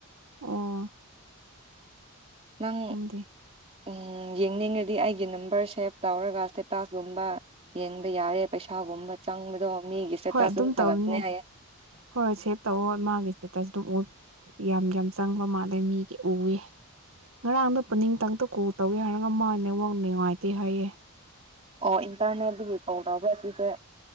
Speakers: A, on the right; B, on the right.
A: ꯑꯣ
B: ꯅꯪ
A: ꯈꯪꯗꯦ
B: ꯎꯝ ꯌꯦꯡꯅꯤꯡꯔꯗꯤ ꯑꯩꯒꯤ ꯅꯝꯕꯔ ꯁꯦꯞ ꯇꯧꯔꯒ ꯏꯁꯇꯦꯇꯥꯁꯒꯨꯝꯕ ꯌꯦꯡꯕ ꯌꯥꯔꯦ ꯄꯩꯁꯥꯒꯨꯝꯕ ꯆꯪꯕꯗꯣ ꯃꯤꯒꯤ ꯏꯁꯇꯦꯇꯥꯁ
A: ꯍꯣꯏ ꯑꯗꯨꯝ
B: ꯊꯥꯒꯠꯄꯅꯦ
A: ꯇꯧꯅꯦ
B: ꯍꯥꯏꯌꯦ
A: ꯍꯣꯏ ꯍ ꯁꯦꯞ ꯇꯧꯑꯣ ꯃꯥꯒꯤ ꯏꯁꯇꯦꯇꯁ ꯑꯗꯨꯝ ꯌꯥꯝ ꯌꯥꯝ ꯆꯪꯕ ꯃꯥꯜꯂꯦ ꯃꯤꯒꯤ ꯎꯏ ꯉꯔꯥꯡꯅ ꯄꯨꯛꯅꯤꯡꯇꯪꯇ ꯀꯣꯜ ꯇꯧꯒꯦ ꯍꯥꯏꯔꯒ ꯃꯥ ꯅꯉꯣꯟ ꯅꯨꯡꯉꯥꯏꯇꯦ ꯍꯥꯏꯌꯦꯦ
B: ꯑꯣ ꯏꯟꯇꯔꯅꯦꯠꯇꯒꯤ ꯀꯣꯜ ꯇꯧꯕ꯭ꯔꯥ ꯁꯤ ꯇ